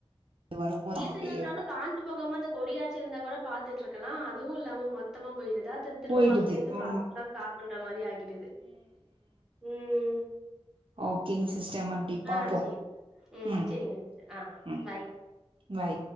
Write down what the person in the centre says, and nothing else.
சீசன்
இல்லனாலு காஞ் ஞ்சு போகாம அந்த கொடியாச்சி இருந்தா கூட பாத்துட்டுருக்கலா அதுவு இல்லாம மொத்தமா போயிருதா திரும் திரும்ப
ஃபஸ்ட்லேந்து
ப்ராசஸ்லா ஸ்டார்ட் பண்ற மாரி ஆகிடுது ம்
ஆ
சேரி
சேரிங்க சிஸ்டர் ஆ
பாய்